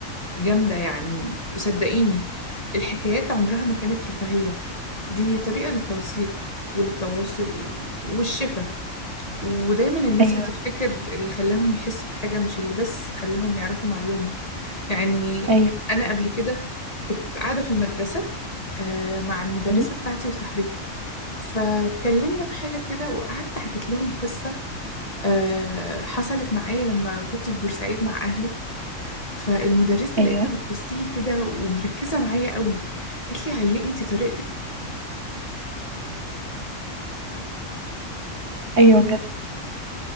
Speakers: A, on the left; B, on the right.
A: جامدة يعني وصدقيني الحكايات عمرها ما كانت رفاهية دي طريقة للتوثيق وللتواصل والشفا ودايما الناس
B: ايوه
A: هتفتكر اللي خلاهم يحسوا بحاجة مش اللي بس خلاهم يعرفوا معلومة يعني
B: ايوه
A: أنا قبل كده كنت قاعدة في المدرسة آه، مع المدرسة
B: مم.
A: بتاعتي وصاحبتي فكلمنا في حاجة كده وقعدت حكيت لهم قصة آه، حصلت معايا لما كنت في بورسعيد مع أهلي فالمدرسة
B: ايوه
A: لقيتها بتبص لي كده ومركزة معايا قوي قالت لي عليه أنت طريقتك
B: ايوه بجد